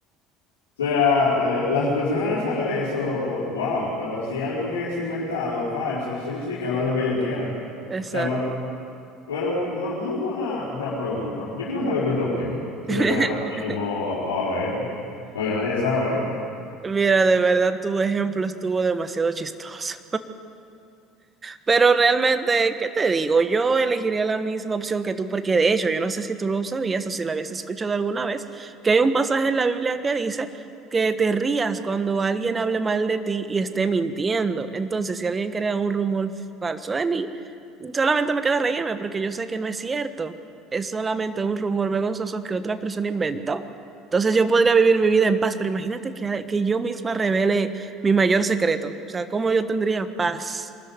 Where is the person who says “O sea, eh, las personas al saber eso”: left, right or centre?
Left